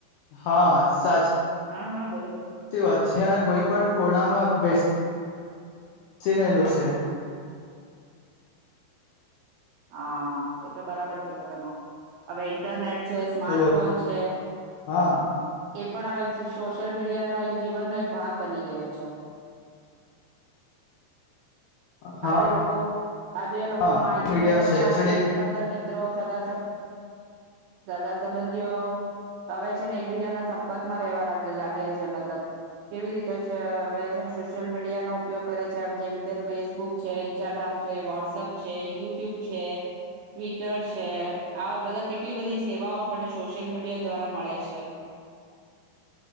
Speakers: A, on the left (about 75°); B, on the right (about 85°).
A: હા સચ.
B: હા હા બોલોો.
A: સ વાત છે જ કોઈ પણ ખોડામાં બેસ. સીને એલો છે.
B: હા એ તો બરાબર કેવ તમે હવે ઇન્ટરનેટ. છે સ્માર્ટફોન
A: હેલો
B: છે.
A: હા
B: એ પણ હવે સોશિયલ મીડિયાનોો એક જીવનનો એક ભાગ બની ગયો છે.
A: હા
B: આજે લોકો. આજે લોકો
A: હા.
B: માહિત.
A: મીડિયા
B: મેળવવા
A: શૈક્ષણિક
B: માટે કેટલા બધા મિત્રો સાથે. સગા સંબંધી હવે છેને એકબીજાના સંપર્કમાં રહેવા લાગ્યા છે મતલબ કેવી રીતે છે હવે છેને સોશિયલ મીડ. નો ઉપયોગ કરે છે જેવી રીતે. ફેસબુક છે ઇન્સ્ટાગ્રામ છે વોટ્સએપ છે યુટ્યુબ. યુટ્યુબ છે ટ્વિટર છે આવા બધા. કેટલી બધી સેવાઓ આપણે સોશિયલ મીડિયા. દ્વા મળે છે